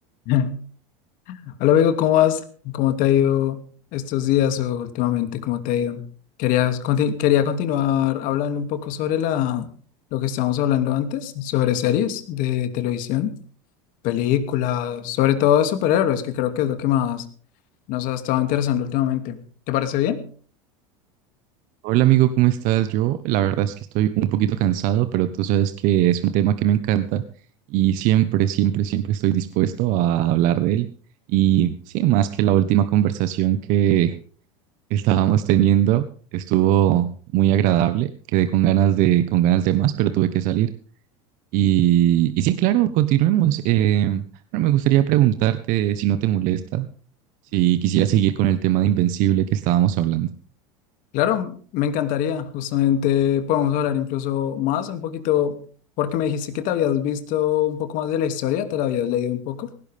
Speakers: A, on the left; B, on the right.
A: <laughs> Hola amigo, ¿cómo vas? ¿Cómo te ha ido estos días o últimamente? ¿Cómo te ha ido? Querías conti- quería continuar hablando un poco sobre la, lo que estábamos hablando antes, sobre series de televisión, películas, sobre todo superhéroes, que creo que es lo que más nos ha estado interesando últimamente. ¿Te parece bien? <laughs>
B: Hola amigo, ¿cómo estás? Yo la verdad es que estoy un poquito cansado, pero tú sabes que es un tema que me encanta y siempre, siempre, siempre estoy dispuesto a hablar de él. Y sí, más que la última conversación que estábamos teniendo, estuvo muy agradable, quedé con ganas de, con ganas de más, pero tuve que salir. Y, y sí, claro, continuemos. Em, bueno, me gustaría preguntarte si no te molesta, si quisiera seguir
A: Mm.
B: con el tema de Invencible que estábamos hablando.
A: Claro, me encantaría. Justamente podemos hablar incluso más un poquito, porque me dijiste que te habías visto un poco más de la historia, te la habías leído un poco.